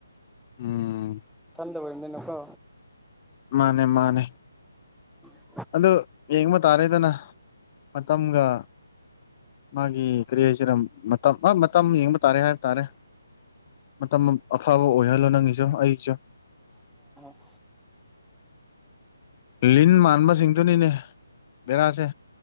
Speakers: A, on the left; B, in the centre.
A: ꯎꯝ
B: ꯅꯅ ꯀꯣ
A: ꯃꯥꯅꯦ ꯃꯥꯅꯦ
B: ꯎꯝ
A: ꯑꯗꯨ ꯌꯦꯡꯕ ꯇꯥꯔꯦꯗꯅ ꯃꯇꯝꯒ ꯃꯥꯒꯤ ꯀꯔꯤ ꯍꯥꯏꯁꯤꯔ ꯃꯇꯝ ꯃꯇꯝ ꯌꯦꯡꯕ ꯇꯥꯔꯦ ꯍꯥꯏꯕ ꯇꯥꯔꯦ ꯃꯇꯝ ꯑꯐꯕ ꯑꯣꯏꯍꯜꯂꯣ ꯅꯪꯒꯤꯁꯨ ꯑꯩꯁꯨ
B: ꯎꯝ
A: ꯂꯤꯟ ꯃꯥꯟꯕꯁꯤꯡꯗꯨꯅꯤꯅꯦ ꯕꯦꯔꯥꯁꯦ